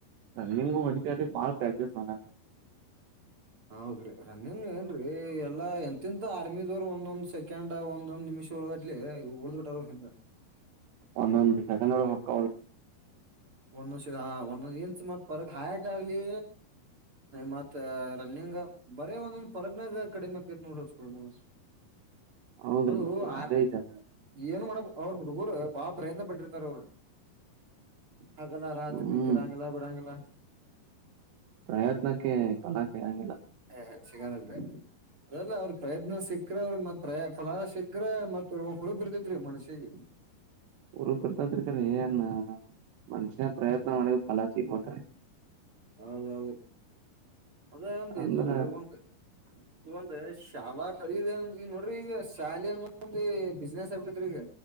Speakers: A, on the right; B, on the right.
A: ರಿಂಗ ಮ ಬಳ ಪ್ರಕ್ಟಿಸ ಮಾಡ
B: ಹೌದ್ರಿ ರನ್ನಿಂಗ್ ಏನ್ರೀ ಎಲ್ಲಾ ಎಂತಂತ ಆರ್ಮಿದವ್ರ ಒಂದೊಂದ್ ಸೆಕೆಂಡ್ ಒಂದೊಂದ್ ನಿಮ್ ಷ ಒಳಗಡ್ಲಿ ಒಳ್ ಬಿಿಟ್ಟಾರಿಂದ
A: ಒಂದೊಂದುಷಖ ನೋ ಹಕ್ಕ
B: ಒಂದ್ ವರ್ಷ ಒಂದ್ ವರ್ಷ ಇಂಚ್ ಮತ್ ಪರಕ್ ಹಾಯಟ್ ಆಗ್ಲಿ ಮತ್ತತ್ ರನ್ನಿಂಗ್ ಬರ ಒಂದೊಂದ್ ಪರಗ್ನಾಗ ಕಡಿಮೆೈತ್ ನೋಡ ಮಸ
A: ಹೌದ್ರಿ
B: ಅದು
A: ಮತ್
B: ಆ
A: ಹಂಗ ಐತಿ ಅದ
B: ಏನ್ ಮಾಡಬ ಅವರು ಹುಡ್ಗೂರು ಬಾ ಪ್ರಯತ್ನ ಪಟ್ಟಿರ್ತಾರ ಅವರು ಹಾಗಲ್ಲ ರಾತ್ರಿ
A: ಹ್ಮ್
B: ನಿದ್ದಿರಂಗಲ ಬಿಡಂಗಲ್ಲ
A: ಪ್ರಯತ್ನಕ್ಕೆ ಫಲಾಾಸೆ ಹಂಗಿಲ್ಲ
B: ಹ ಸಿಗ ನನ್್ರ ಅದಲ್ಲ ಅವ್ರ ಪ್ರಯತ್ನ ಸಿಕ್ಕ್ರ ಅವ್ರ ಮ ಪ್ರ ಫಲ ಸಿಕ್ಕ್ರ ಮತ್ ಅವ ಹುರ ಬಿರ್ತೇತ್ರಿ ಮನುಷಿ <inaudible>
A: ಊರು ಕರ್ತದರ್ಕ್ರ ಏನ್ ಮನುಷ್ಯ ಪ್ರಯತ್ನ ಮಾಡಿ ಫಲಾ ಸಿಗ್ಬೇಕ್ರಿ
B: ಹೌದೌದು ಅದೇ ಒಂದು
A: ಅಂದ್ರ
B: ಇದು ಒಂದು ಈ ಒಂದ ಶಾಲಾ ಈಗ ಈ ನೋಡ್ರಿ ಈಗ ಶಾಲೆ ಅನ್ನ ಒಂದು ಬಿಸ್ನೆಸ್ ಆಗ್ಬಿಡತ್್ರಿ ಈಗ